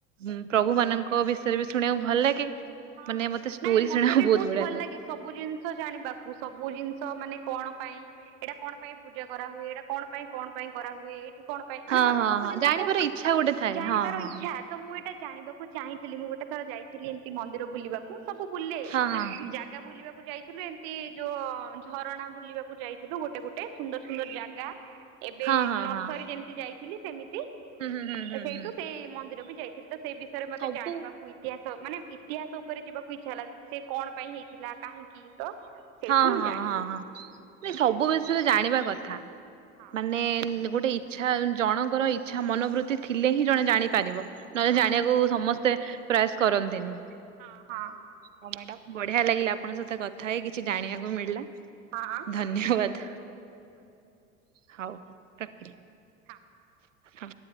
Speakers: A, on the right; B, on the right.
A: ହୁଁ ପ୍ରଭୁ ମାନଙ୍କ ବିଷୟରେ ବି ଶୁଣିବାକୁ ଭଲ ଲାଗେ।
B: ହଁ
A: ମାନେ ମତେ ଷ୍ଟୋରି
B: ନାଇଁ ମତେ
A: ଶୁଣିବାକୁ
B: ବି ବହୁତ
A: ବଢିଆ
B: ଭଲ ଲାଗେ। ସବୁ ଜିନିଷ ଜାଣିବାକୁ ସବୁ ଜିନିଷ ମାନେ କଣ ପାଇଁ ଏଇଟା କଣ ପାଇଁ ପୂଜା କରାହୁଏ? ଏଇଟା କଣ ପାଇଁ କଣ ପାଇଁ କରାହୁଏ ଏଇଠି କଣ? ମାନେ
A: ହଁ
B: ମତେ
A: ହଁ
B: ସବୁ
A: ହଁ
B: ଜିନିଷକୁ
A: ଜାଣିବାର ଇଚ୍ଛା ଗୋଟେ ଥାଏ
B: ଜାଣିବାର
A: ହଁ ହଁ
B: ଇଛା ତ ମୁଁ ଏଇଟା ଜାଣିବା କୁ ମୁଁ ଚାହିଁଥିଲି ମୁଁ ଗୋଟେ ଥର ଯାଇଥିଲି ଏମିତି ମନ୍ଦିର ବୁଲିବାକୁ ସବୁ ବୁଲେ
A: ହଁ ହଁ ହଁ।
B: ଜା ଗା ବୁଲିବାକୁ ଯାଇଥିଲୁ ଏମତି ଯୋଉ ଝରଣା ବୁଲିବାକୁ ଯାଇଥିଲୁ ଗୋଟେ ଗୋଟେ ସୁନ୍ଦର ସୁନ୍ଦର ଜାଗା। ଏବେ
A: ହଁ ହଁ
B: ନର୍ସରୀ
A: ହଁ
B: ଯେମିତି ଯାଇଥିଲି ସେମିତି
A: ହୁଁ ହୁଁ ହୁଁ ହୁଁ
B: ସେଇଠୁ
A: ହୁଁ
B: ସେଇ ମନ୍ଦିର ବି ଯାଇଥିଲି ତ ସେଇ ବିଷୟରେ ମତେ
A: ସବୁ
B: ଜାଣିବାକୁ ଇତିହାସ ମାନେ ଇତିହାସ ଉପରେ ଯିବାକୁ ଇଚ୍ଛା ହେଲା ସେ କଣ ପାଇଁ ହେଇଥିଲା କାହିଁକି ତ ସେଇଠୁ
A: ହଁ-ହଁ-ହଁ-ହଁ
B: ମୁଁ ଜାଣିଲି
A: ସବୁ ବିଷୟରେ ଜାଣିବା କଥା।
B: ହଁ
A: ମାନେ ଗୋଟେ ଇଚ୍ଛା ଜଣଙ୍କର ଇଚ୍ଛା ମନୋବୃତ୍ତି ଥିଲେ ହିଁ ଜଣେ ଜାଣିପାରିବ। ନହେଲେ
B: ହଁ
A: ଜାଣିବାକୁ ସମସ୍ତେ ପ୍ରୟାସ କରନ୍ତିନି।
B: ହଁ-ହଁ।
A: ହଁ ମାଡ଼ାମ ବଢିଆ ଲାଗିଲା ଆପଣଙ୍କ ସହିତ କଥା ହେଇ କିଛି ଜାଣିବାକୁ ମିଳିଲା।
B: ହଁ ଅ।
A: ଧନ୍ୟବାଦ୍। ହୋଉ ହୋଉ ରଖିଲି।
B: ହଁ
A: ହଁ।